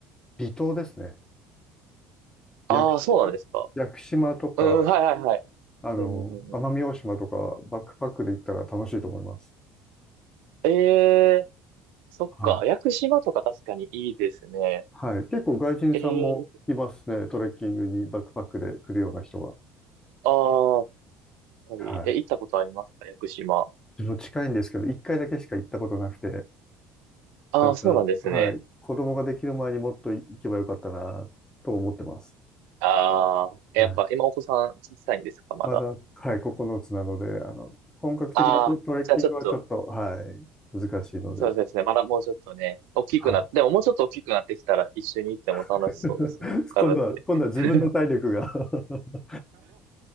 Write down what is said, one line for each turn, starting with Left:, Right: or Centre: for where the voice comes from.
Left: 離島ですね。屋久島、
Right: ああ、そうなんですか。
Left: 屋久島とか、
Right: うん、はいはいはい。
Left: あの、
Right: うん、
Left: 奄美大島とか、バックパックで行ったら楽しいと思います。
Right: ええー、そっか。
Left: はい。
Right: 屋久島とか確かにいいですね。
Left: はい。結構外人さんもいますね。
Right: ええー、
Left: トレッキングにバックパックで来るような人は。
Right: ああ、やっぱり、
Left: はい。
Right: え、行ったことありますか屋久島。
Left: 自分近いんですけど、一回だけしか行ったことなくて、
Right: ああ、
Left: なんか、
Right: そうなんですね。
Left: はい。子供ができる前にもっと行けばよかったな、と思ってます。
Right: ああ、えやっぱ今お子さん小さいんですか、
Left: はい。
Right: まだ。
Left: まだ、はい、9つなので、あの、本格的なト、
Right: ああ、
Left: トレッキングはちょっと、
Right: じゃあちょっと、
Left: はい、難しいので、
Right: そうですね。まだもうちょっとね、大きくなって、
Left: はい。
Right: でももうちょっと大きくなってきたら一緒に行っても楽しそうですね、
Left: <laughs>
Right: 家族で。
Left: 今度は、今度は自分の体力が
Right: <laughs>
Left: <laughs>